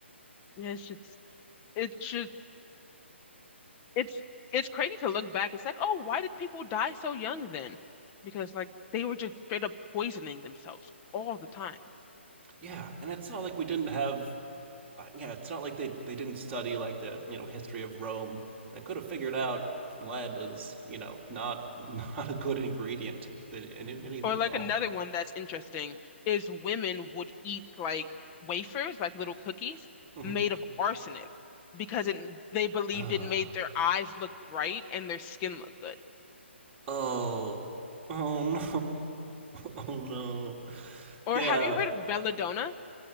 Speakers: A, on the left; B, on the right.
A: Yeah, it's just it's just it's it's crazy to look back. It's like, oh, why did people die so young then? Because like they were just straight up poisoning themselves all the time.
B: Yeah, and it's not like we didn't have. uh, Yeah, it's not like they they didn't study like the you know history of Rome. They could have figured out lead was you know not <laughs> not a good ingredient in, in, in anything
A: Or like
B: at all.
A: another one that's interesting is women would eat like wafers, like little cookies
B: hmm
A: made of arsenic because it they believed
B: <sighs> oh,
A: it made their eyes look bright and their skin look good.
B: oh no, <laughs> oh no,
A: Or
B: yeah.
A: have you heard of belladonna?